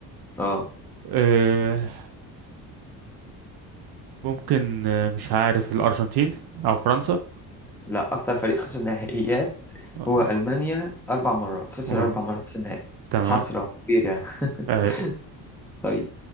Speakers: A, in the centre; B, on the right.
A: اه
B: أه ممكن آه، مش عارف الارجنتين او فرنسا
A: لا اكتر فريق خسر نهائيات
B: اه
A: هو المانيا اربع مرات خسر
B: آه،
A: اربع مرات في النهائي
B: تمام
A: حسره كبيره يعني <laughs>
B: آه،
A: طيب